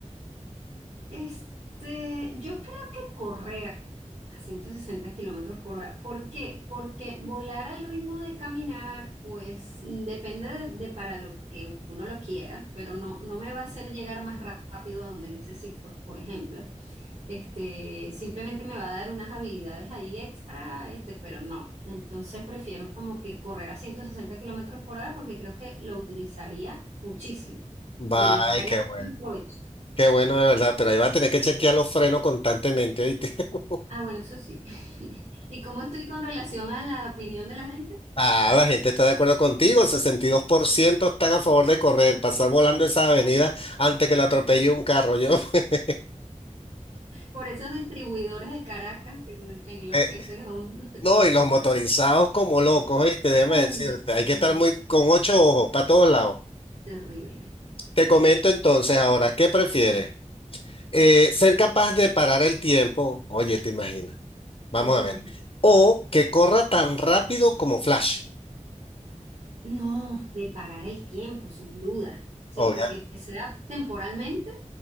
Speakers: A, on the right; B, on the left.
A: Este, yo creo que correr a 160 kilómetros por hora. ¿Por qué? Porque volar al ritmo de caminar, pues mm, depende de, de para lo que uno lo quiera, pero no, no me va a hacer llegar más rápido a donde necesito, por ejemplo. Este, simplemente me va a dar unas habilidades ahí extra, este, pero no. Entonces prefiero como que correr a 160 kilómetros por hora porque creo que lo utilizaría muchísimo
B: Bye,
A: y le sacaría
B: qué bueno.
A: más provecho.
B: Qué bueno de verdad, pero ahí va a tener que chequear los frenos constantemente, ¿oíste? <laughs>
A: Ah, bueno, eso sí. <laughs> ¿Y cómo estoy con relación a la opinión de la gente?
B: Ah, la gente está de acuerdo contigo, el 62% están a favor de correr, pasar volando esa avenida
A: Bien.
B: antes que lo atropelle un carro. Yo, <laughs>
A: Por esos distribuidores de Caracas que enloquecen
B: eh,
A: a uno.
B: No, y los motorizados como locos, oíste, déjame
A: <laughs> Uy,
B: decirte,
A: sí,
B: hay que estar muy con ocho ojos para todos lados.
A: terrible.
B: Te comento entonces ahora, ¿qué prefieres? Eh, ser capaz de parar el tiempo, oye, te imaginas, vamos
A: Mm.
B: a ver, o que corra tan rápido como Flash,
A: No, de parar el tiempo, sin duda. Siempre
B: obviamente.
A: que sea temporalmente,